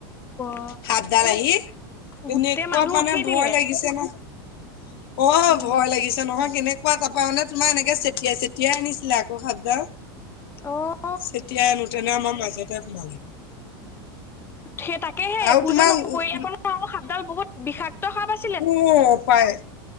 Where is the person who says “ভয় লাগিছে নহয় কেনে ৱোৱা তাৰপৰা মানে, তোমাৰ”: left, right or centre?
Left